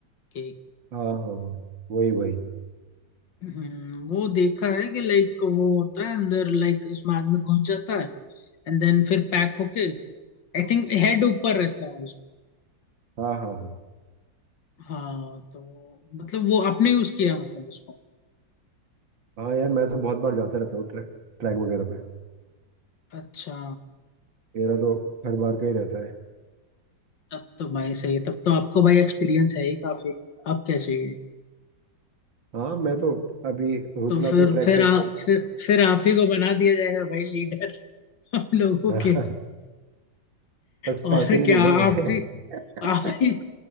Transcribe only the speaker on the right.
हाँ हाँ हाँ वही वही
हाँ हाँ हाँ
हाँ यार मैं तो बहुत बार जाता रहता हूँ ट्रैक ट्रैक वगैरह पे
मेरा तो हर बार का ही रहता है
हाँ मैं तो अभी रुद्रनाथ
के ट्रैक
में
गया
था।
<laughs> बस
पैसे नहीं
दूंगा मैं
<laughs>